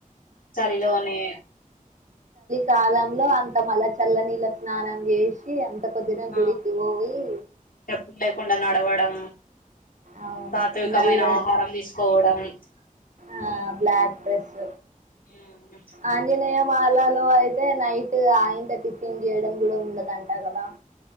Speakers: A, on the left; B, on the right.
A: చలి లోనే
B: కాలంలో అంత మళ్ళ చల్లనీళ్ళ స్నానం చేసి అంత పొద్దున
A: ఆ
B: గుడికి పోయి
A: చెప్పులు లేకుండా నడవడం
B: అవును
A: సాత్వికమైన
B: నల్ల
A: ఆహారం తీసుకోవడం
B: ఆ
A: ఉమ్
B: బ్లాక్ డ్రెస్
A: ఉమ్
B: ఆంజనేయం మాలలో అయితే నైట్ ఆ ఇంత టిఫిన్ చేయడం గుడ ఉండదంట కదా